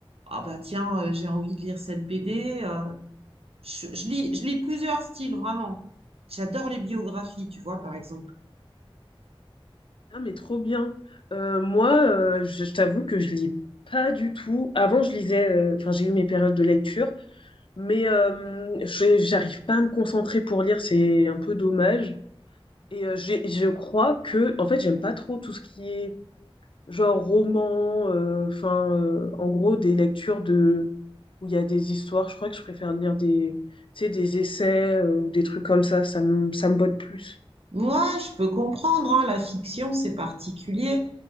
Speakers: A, on the right; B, on the left.
A: ah bah tiens, euh, j'ai envie de lire cette BD. euh, je, je lis, je lis plusieurs styles, vraiment. J'adore les biographies, tu vois, par exemple.
B: Ah, mais trop bien. Euh, moi, euh, je, je t'avoue que je lis pas du tout. Avant, je lisais... euh, Enfin, j'ai eu mes périodes de lecture, mais euh, j'ai- j'arrive pas à me concentrer pour lire. C'est un peu dommage. Et euh, j'ai- je crois que... En fait, j'aime pas trop tout ce qui est genre roman, euh, enfin, euh, en gros, des lectures de où il y a des histoires. Je crois que je préfère lire des, tu sais, des essais euh, ou des trucs comme ça. Ça me, ça me botte plus.
A: Moi, je peux comprendre, hein, la fiction, c'est particulier.